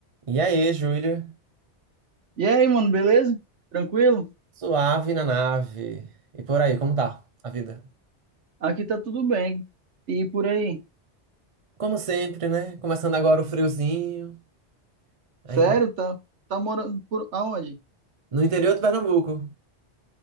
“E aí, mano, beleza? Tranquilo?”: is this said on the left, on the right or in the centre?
Right